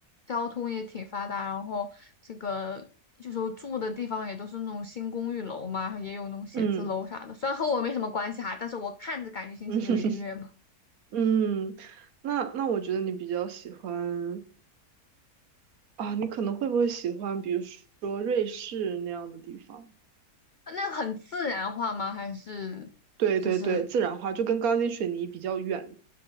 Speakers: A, on the left (about 75°); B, on the right (about 70°).
A: 交通也挺发达，然后这个就是我住的地方也都是那种新公寓楼嘛，也有那种写字楼啥的，
B: 嗯
A: 虽然和我没什么关系哈，但是我看着感觉心情就愉悦嘛。
B: 嗯 <laughs> 嗯，那那我觉得你比较喜欢啊，你可能会不会喜欢，比如说瑞士那样的地方？
A: 那很自然化吗？还是
B: 对对对，
A: 就是
B: 自然化就跟钢筋水泥比较远，